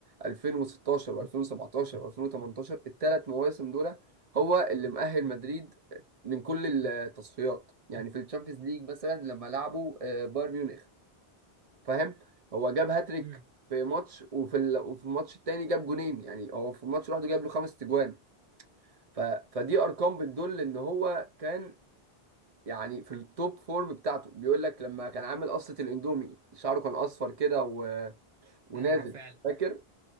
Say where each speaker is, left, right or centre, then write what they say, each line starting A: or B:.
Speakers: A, on the right; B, on the right.
A: 2016 و2017 و2018 الثلاث مواسم دول هو اللي مؤهل مدريد من كل التصفيات يعني في الشامبيونز ليج مثلا لما لعبوا آه، بايرن ميونخ فاهم هو جاب هاتريك
B: امم
A: في ماتش وفي ال... وفي الماتش التاني جاب جونين يعني هو في الماتش لوحده جاب له خمس تجوان ف... فدي ارقام بتدل ان هو كان يعني في التوب فورم بتاعته بيقول لك لما كان عامل قصة الاندومي شعره كان اصفر كده و... ونازل
B: ايوه فعلا
A: فاكر